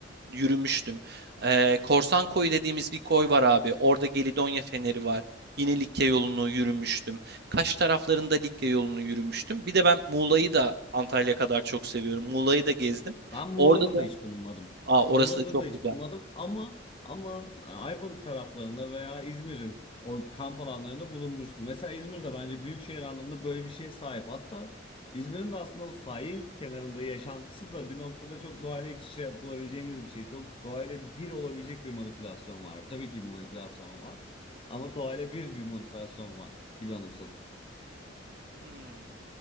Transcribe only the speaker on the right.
yürümüştüm. Ee, Korsan Koyu dediğimiz bir koy var abi. Orada Gelidonya Feneri var. Yine Likya yolunu yürümüştüm. Kaş taraflarında Likya yolunu yürümüştüm. Bir de ben Muğla'yı da Antalya kadar çok seviyorum. Muğla'yı da gezdim.
Orada da,
aa orası
da çok
güzel.
Hmm.